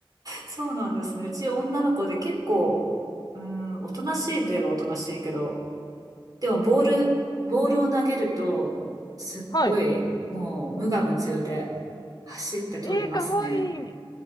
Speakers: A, on the right; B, on the left.
A: そうなんですね。うち女の子で結構、うーん、おとなしいといえばおとなしいけど、でもボール、ボールを投げると、すっごい、
B: ー、はい。
A: もう無我夢中で走って取りますね。
B: えー、かわいい。